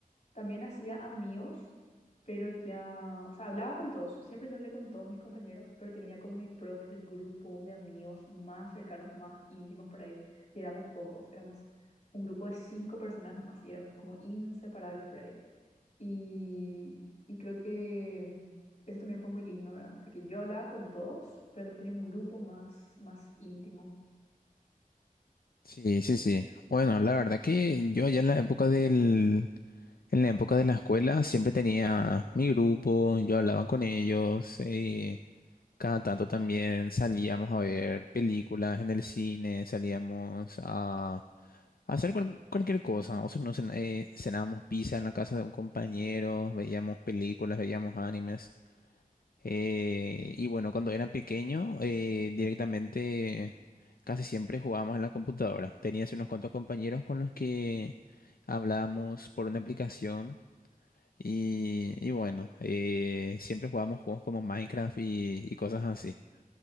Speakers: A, on the left; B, on the left.
A: también hacía amigos, pero ya, o sea, hablaba con todos, siempre yo hablé con todos mis compañeros, pero tenía como mi propio grupo de amigos más cercanos, más íntimos por ahí, y éramos pocos, éramos un grupo de cinco personas nomás, y éramos como inseparables por ahí. Y, y creo que mm, eso también fue muy lindo, ¿verdad? De que yo hablaba con todos, pero también tenía un grupo más, más íntimo.
B: sí, sí, sí. Bueno, la verdad que yo allá en la época del... En la época de la escuela siempre tenía mi grupo, yo hablaba con ellos, eh, cada tanto también salíamos a ver películas en el cine, salíamos a, a hacer cual- cualquier cosa, o sea, no cen- eh, cenábamos pizza en la casa de un compañero, veíamos películas, veíamos animes. eh, y bueno, cuando era pequeño, eh, directamente casi siempre jugábamos en la computadora. Tenía así unos cuantos compañeros con los que hablábamos por una aplicación. Y, y bueno, eh, siempre jugábamos juegos como Minecraft y, y cosas así.